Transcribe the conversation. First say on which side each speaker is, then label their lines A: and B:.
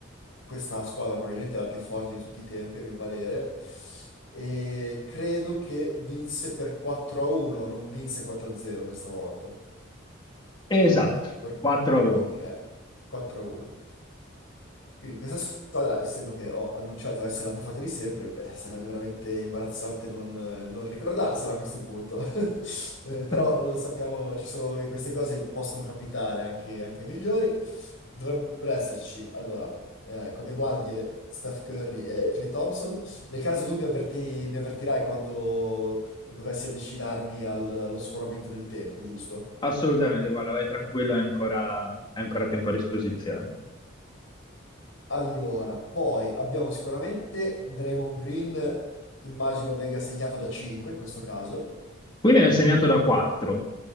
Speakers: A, on the left; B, on the left.
A: questa squadra probabilmente è la più forte di tutti i tempi, a mio parere. E credo che vinse per 4-1, non vinse 4-0 questa volta.
B: Esatto,
A: Per-
B: 4-1.
A: Ok, 4-1. Quindi questa squadra, essendo che ho annunciato essere la più forte di sempre, beh, sarebbe veramente imbarazzante non, non ricordarsela a questo punto. <laughs> Eh,
B: <laughs>
A: però lo sappiamo, ci sono queste cose possono capitare anche, anche ai migliori. Dovrebbero esserci, allora, eh, come guardie Steph Curry e Clay Thompson. Nel caso tu mi avverti- mi avvertirai quando dovessi avvicinarmi al- allo sforamento del tempo, giusto?
B: Assolutamente, guarda, vai tranquillo, hai ancora, hai ancora tempo a disposizione.
A: Allora, poi abbiamo sicuramente Draymond Green, immagino venga segnato da 5 in questo caso,
B: Quindi hanno segnato da 4.